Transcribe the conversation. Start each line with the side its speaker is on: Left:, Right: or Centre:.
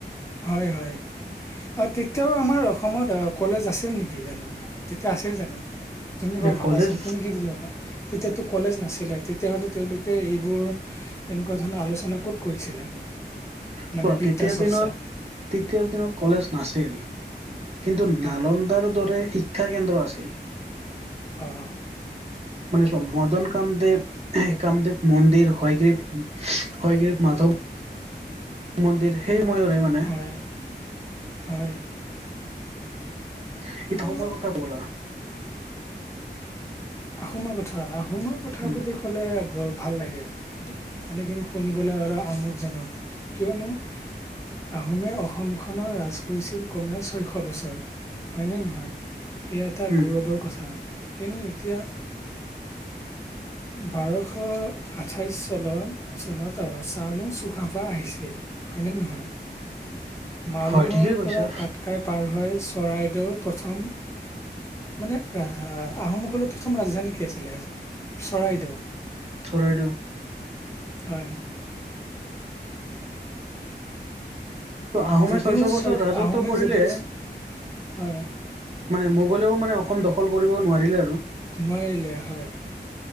Left: হয়, হয়। অ, তেতিয়াও আমাৰ অসমত অ, কলেজ আছিল নেকি জানো! তেতিয়া আছিল জানো! তুমি
Right: এতিয়া
Left: এবাৰ ভাবাচোন!
Right: কলেজ
Left: তুমি কি বুলি ভাবা? তেতিয়াতো কলেজ নাছিলে। তেতিয়াহ'লে তেওঁলোকে এইবোৰ, এনেকুৱা ধৰণৰ আলোচনা ক'ত কৰিছিলে? মানে
Right: চোৱা
Left: বিদ্যা-চৰ্চা।
Right: তেতিয়াৰ দিনত তেতিয়াৰ দিনত কলেজ নাছিল, কিন্তু নালন
Left: উম
Right: ন্দাৰ দৰে শিক্ষা কেন্দ্ৰ আছিল।
Left: অ। <unintelligible>
Right: মানে চব মদন কামদেৱ কামদেৱ মন্দিৰ
Left: <unintelligible>
Right: হয়গ্ৰীৱ হয়গ্ৰীৱ মাধৱ মন্দিৰ সেইসময়ৰে মানে
Left: হয় হয়।
Right: <unintelligible>
Left: ত
Right: সময়ৰ কথা <unintelligible>
Left: আহোমৰ কথা, আহোমৰ
Right: উম
Left: বুলি ক'লে বৰ ভাল লাগে। মানে সেইখিনি শুনিবলৈ আৰু আমোদজনক, কিয়নো আহোমে অসমখনক ৰাজ কৰিছিল কমেও ছয়শ বছৰ, হয়নে নহয়! এই এটা
Right: উম
Left: গৌৰৱৰ কথা, কিয়নো এতিয়া বাৰশ আঠাইশ চনত- চনত চাংনুং চুকাফা আহিছিল। হয় নে নহয়! মাউলুঙৰ
Right: হয় ঠিকেই কৈছা
Left: পৰা পাতকাইত পাৰ হৈ চৰাইদেউ প্ৰথম মানে আহ আহোমসকলৰ প্ৰথম ৰাজধানী কি আছিলে? চৰাইদেউ।
Right: চৰাইদেউ।
Left: হয়।
Right: তো, আহোমে
Left: যদিও
Right: ছয়শ বছৰ ৰাজত্ব
Left: আহোমে
Right: কৰিলে
Left: যদিও হয়
Right: মানে মোগলেও মানে অসম দখল কৰিব নোৱাৰিলে আৰু।
Left: নোৱাৰিলে হয়।